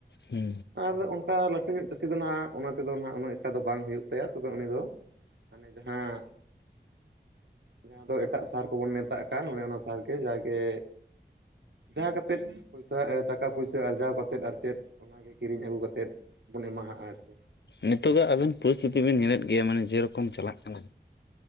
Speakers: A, on the left; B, on the right.
A: ᱦᱩᱸ᱾
B: ᱟᱨ ᱚᱱᱠᱟ ᱞᱟᱹᱴᱷᱩ ᱧᱚᱜ ᱪᱟᱹᱥᱤ ᱫᱚ ᱱᱟᱜ ᱚᱱᱟ ᱛᱮᱫᱚ ᱱᱟᱦᱟᱜ ᱩᱱᱟᱹᱜ ᱮᱠᱴᱟ ᱫᱚ ᱵᱟᱝ ᱦᱩᱭᱩᱜ ᱛᱟᱭᱟ, ᱛᱚᱵᱮ ᱩᱱᱤ ᱫᱚ ᱦᱟᱱᱮ ᱡᱟᱦᱟᱸ ᱡᱟᱦᱟᱸ ᱫᱚ ᱮᱴᱟᱜ ᱥᱟᱨ ᱠᱚᱵᱚᱱ ᱢᱮᱛᱟᱜ ᱠᱟᱱ ᱚᱱᱮ ᱚᱱᱟ ᱥᱟᱨ ᱜᱮ ᱡᱟᱜᱮ ᱡᱟᱦᱟᱸ ᱠᱟᱛᱮᱫ ᱯᱚᱭᱥᱟ ᱮ ᱴᱟᱠᱟ ᱯᱩᱭᱥᱟ ᱟᱨᱡᱟᱣ ᱠᱟᱛᱮᱫ ᱟᱨ ᱪᱮᱫ ᱚᱱᱟ ᱜᱮ ᱠᱤᱨᱤᱧ ᱟᱹᱜᱩ ᱠᱟᱛᱮᱫ ᱵᱚᱱ ᱮᱢᱟᱦᱟᱜᱼᱟ ᱟᱨ ᱪᱮᱫ᱾
A: ᱱᱤᱛᱚᱜᱟᱜ ᱟᱵᱤᱱ ᱯᱚᱨᱤᱥᱛᱷᱤᱛᱤ ᱵᱮᱱ ᱧᱮᱞᱮᱜ ᱜᱮᱭᱟ ᱢᱟᱱᱮ ᱡᱮᱨᱚᱠᱚᱢ ᱪᱟᱞᱟᱜ ᱠᱟᱱᱟ᱾